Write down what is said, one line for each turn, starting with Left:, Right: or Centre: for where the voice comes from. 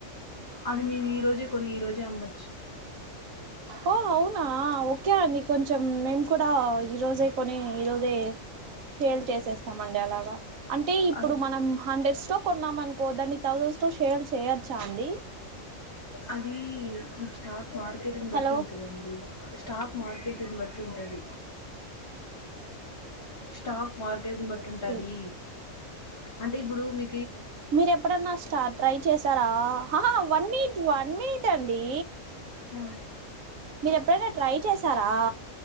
Left: అది మీర్ ఈ రోజే కొని ఈ రోజే అమ్మచ్చు
Right: ఓ అవునా ఓక్కే అండి కొంచం మేమ్ కుడా ఈరోజే కొనీ ఈరోజే షేల్ చేసేస్తమండి అలాగా అంటే ఇప్పుడు
Left: అలా
Right: మనం హండ్రెడ్స్ తో కొన్నామ్ అన్క్ కో దాన్ని థౌసండ్స్ లో షేల్ చేయచ్చా అండి
Left: అది మీకు స్టాక్ మార్కెట్ని
Right: హలో
Left: బట్టి ఉంటదండి స్టాక్ మార్కెట్ని బట్టి ఉంటది స్టాక్ మార్కెట్ని బట్టి ఉంటాది
Right: ఓకే
Left: అంటే ఇబ్బుడు మీ
Right: మీరు ఎప్పుడన్న స్టా ట్రై చేసారా హా హా వన్ మీట్ వన్ మీట్ అండి
Left: హా
Right: మీరు ఎప్పుడైనా ట్రై చేసారా